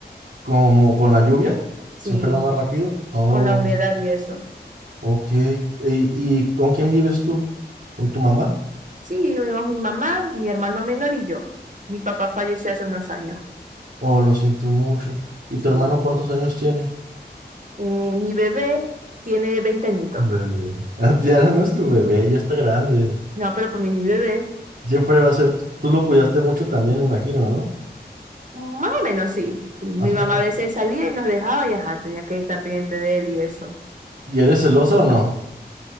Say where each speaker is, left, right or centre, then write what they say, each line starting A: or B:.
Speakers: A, on the right; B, on the right.
A: como con la lluvia,
B: sí,
A: se enferma más rápido. Oh,
B: con la humedad y eso.
A: ok. ¿Y, y con quién vives tú? ¿Con tu mamá?
B: Sí, vivimos mi mamá, mi hermano menor y yo. Mi papá falleció hace unos años.
A: Oh, lo siento mucho. ¿Y
B: Sí.
A: tu hermano cuántos años tiene?
B: Eh, mi bebé tiene 20 añitos.
A: Bebé. <laughs> Ya no es
B: Ujú.
A: tu bebé, ya está grande.
B: No, pero pues mi mi bebé,
A: Siempre va a ser. Tú lo cuidaste mucho también, me imagino, ¿no?
B: más o menos sí. Y mi
A: Más
B: mamá
A: o menos.
B: a veces salía y nos dejaba y ajá, tenía que estar pendiente de él y eso.
A: ¿Y eres celosa o no?